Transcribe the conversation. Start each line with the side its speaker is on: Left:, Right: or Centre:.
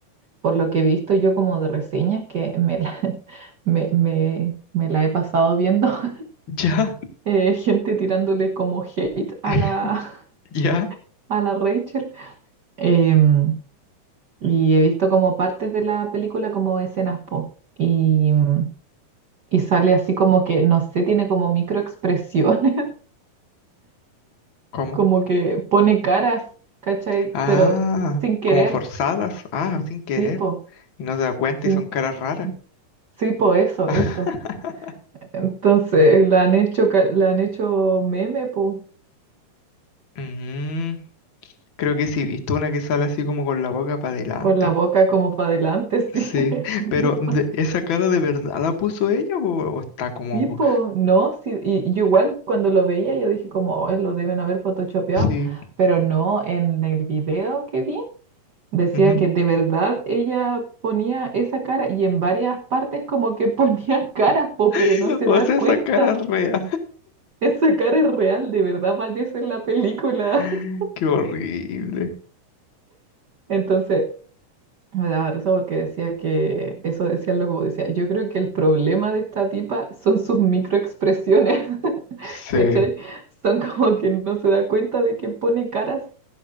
Right: por lo que he visto yo como de reseñas que me la, <laughs> me, me- me la he pasado viendo, <laughs>
Left: Ya,
Right: eh, gente tirándole como hate a
Left: <laughs>
Right: la,
Left: ya,
Right: <laughs> a la Rachel. Em, y he visto como partes de la película como escenas po. Y, mm, y sale así como que, no sé, tiene como microexpresiones, <laughs>
Left: Como
Right: como que pone caras, ¿cachai?
Left: Ah,
Right: Pero sin querer,
Left: como forzadas. Ah, sin querer.
Right: sí, po,
Left: Y no se da cuenta
Right: sin,
Left: y son caras
Right: que-
Left: raras.
Right: sí, po, eso,
Left: <laughs>
Right: eso. Entonces, la han hecho, ca- la han hecho meme, po.
Left: Mm, creo que sí, he visto una que sale así como con la boca para adelante.
Right: Con la boca como para adelante, <laughs> sí,
Left: Sí,
Right: ese mismo
Left: pero de- ¿esa cara de verdad la puso ella o, o está como...
Right: tipo,
Left: po-
Right: ¿no? Sí, y yo igual cuando lo veía yo dije como, "Oh, lo deben haber photoshopeado,
Left: Sí.
Right: pero no, en el video que vi decía
Left: ujú.
Right: que de verdad ella ponía esa cara y en varias partes como que ponía <laughs> caras, po, pero
Left: <laughs>
Right: no se
Left: O
Right: da
Left: sea,
Right: cuenta.
Left: esa cara es real.
Right: Esa cara es real, de verdad aparece en la película.
Left: <laughs>
Right: <laughs>
Left: Qué horrible.
Right: Entonces, Me daba risa porque decía que, eso decía algo decía, yo creo que el problema de esta tipa son sus microexpresiones, <laughs>
Left: Sí.
Right: ¿cachai? Son como que no se da cuenta de que pone caras